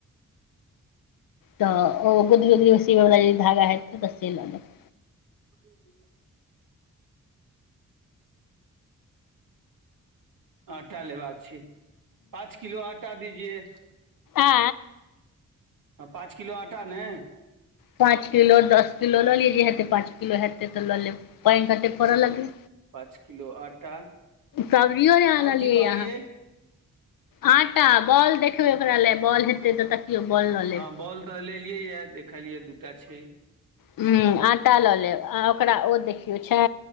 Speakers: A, on the left; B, on the right.
A: तऽ ओ गोदरी गोदरी सिबैय बला जे धागा हेतै तऽ से लऽ लेब
B: <inaudible> आटा लेबाक छै पाँच किलो आटा दीजिये
A: आ
B: हँ पाँच किलो आटा नै
A: पाँच किलो दस किलो लऽ लि जे हेते पाँच किलो हेते तऽ लऽ लेब पाइन कते फड़ऽ लगगै
B: पाँच किलो आटा
A: सब्जियो नय आनलिये
B: आओर की कहलियै
A: अहाँ आटा बॉल देखबै ओकरा लेऽ बॉल हेतै तऽ देखियै बॉल लऽ लेब
B: हँ बॉल तऽ लेलियै य देखलिये दूटा छै
A: हुँ आटा लऽ लेब आ ओकरा ओ देखियौ छै